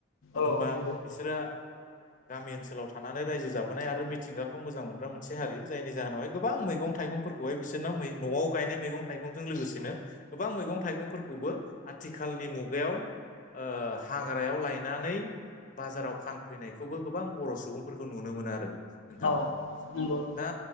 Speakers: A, on the left (about 40°); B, on the left (about 80°).
A: मानो
B: औ
A: होनबा
B: नंगौ
A: बिसोरो गामि ओनसोलाव थानानै रायजो जाबोनाय आरो मिथिंगाखौ मोजां मोनग्रा मोनसे हारि जायनि जाहोनावहाय गोबां मै मैगं थाइगंफोरखौहाय बिसोरना न'आव गायनाय मैगं थाइगंजों लोगोसेनो गोबां मैगं थाइगंफोरखौबो आथिखालनि मुगायाव ओ हाग्रायाव लायनानै बाजाराव फानफैनायखौबो गोबां बर' सुबुंफोरखौ नुनो मोनो आरो। नोंथां
B: औ नंगौ नंगौ
A: दा